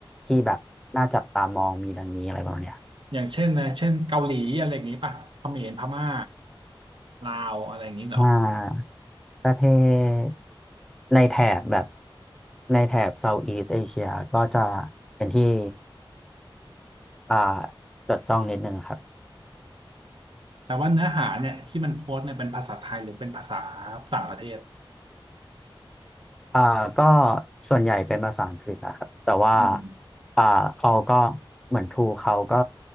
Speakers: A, in the centre; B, on the right.
A: ที่แบบน่าจับตามองมีดังนี้อะไรประมาณเนี้ย
B: อย่างเช่นนะเช่นเกาหลีอะไรอย่างนี้ป่ะเขมรพม่าลาวอะไรอย่างนี้เหรอ
A: อ่าประเทศในแถบแบบในแถบเซาท์อีสเอเชียก็จะเป็นที่อ่าจดจ้องนิดนึงครับ
B: แต่ว่าเนื้อหาเนี่ยที่มันโพสต์เนี่ยเป็นภาษาไทยหรือเป็นภาษาต่างประเทศ
A: อ่าก็ส่วนใหญ่เป็นภาษาอังกฤษอะครับแต่ว่า
B: อืม
A: อ่าเขาก็เหมือนทูเขาก็